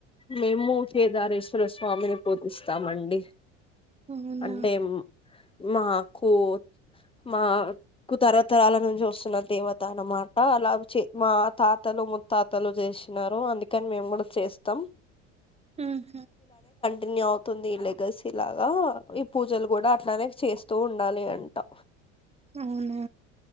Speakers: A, on the left; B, on the right.
A: మేము కేదారేశ్వర స్వామిని పూజిస్తామండి
B: అవునా
A: అంటే మాకు మాకు తరతరాల నుంచి వస్తున్న దేవత అన్నమాట అలా చే మా తాతలు ముత్తాతలు చేసినారు అందుకని మేము కూడా చేస్తాం
B: ఆహ
A: ఇన్నీ అవుతుంది ఈ లెగసి లాగా ఈ పూజలు కూడా అట్లానే చేస్తూ ఉండాలి అంటా
B: అవునా